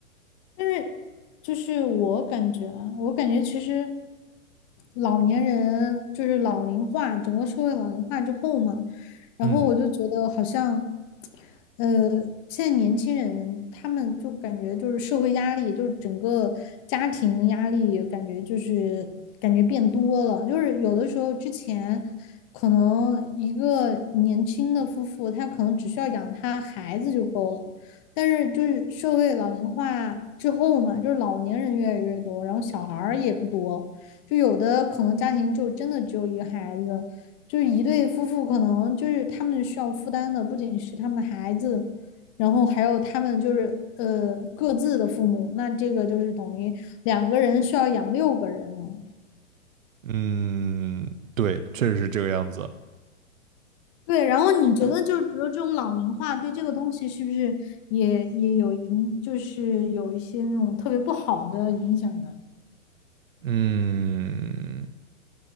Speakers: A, on the left; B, on the right.
A: 但是就是我感觉啊，我感觉其实老年人就是老龄化，整个社会老龄化之后嘛，然后我就觉得好像，
B: 嗯
A: 呃，现在年轻人他们就感觉就是社会压力，就是整个家庭压力，感觉就是感觉变多了，就是有的时候之前。可能一个年轻的夫妇，他可能只需要养他孩子就够了，但是就是社会老龄化之后嘛，就是老年人越来越多，然后小孩儿也不多，就有的可能家庭就真的只有一个孩子，就是一对夫妇可能就是他们需要负担的不仅是他们的孩子，然后还有他们就是呃各自的父母，那这个就是等于两个人需要养六个人了。
B: 嗯，对，确实是这个样子。
A: 对，然后你觉得就是比如说这种老龄化对这个东西是不是也也有影，就是有一些那种特别不好的影响呢？
B: 嗯，